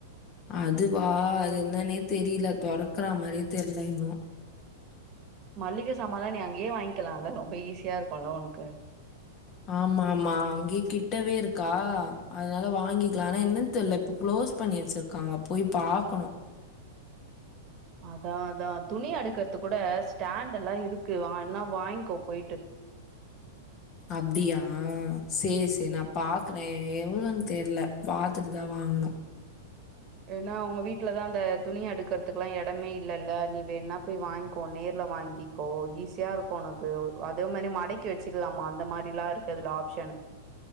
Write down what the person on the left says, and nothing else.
அது வா அது என்னன்னே தெரில தொறக்கற மாரியே தெர்ல இன்னும்
ஆமா ஆமா அங்கேயே கிட்டவே இருக்கா அதனால வாங்கிக்கலாம் ஆனா என்னன்னு தெர்ல இப்ப க்ளோஸ் பண்ணி வச்சிரு க்காங்க போய் பாக்கணும்
அப்டியா சேர் சேர் நான் பாக்குறேன் எவ்ளோனு தெர்ல பாத்துட்டு தான் வாங்கனும்